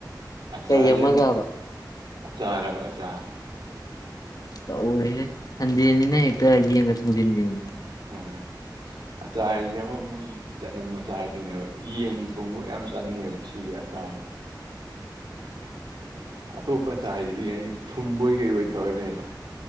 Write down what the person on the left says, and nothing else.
ꯀꯩ
ꯑꯃꯒꯕ
ꯇꯧꯔꯦ ꯍꯦ ꯍꯟ ꯇꯦꯟ ꯅꯤꯅꯥ ꯍꯦꯛꯇꯥ ꯌꯦꯟꯒꯥ ꯊꯣꯡꯖꯤꯟꯕꯤꯅꯤ